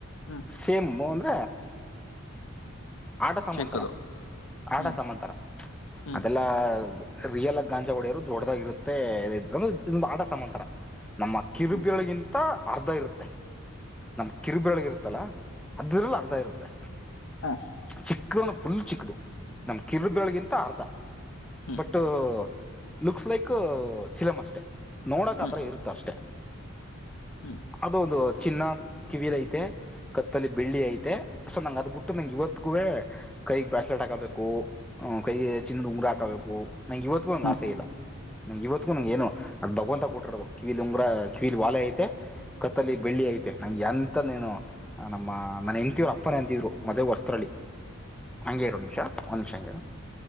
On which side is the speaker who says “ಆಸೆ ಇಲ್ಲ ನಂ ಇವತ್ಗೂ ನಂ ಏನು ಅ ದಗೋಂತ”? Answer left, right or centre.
Centre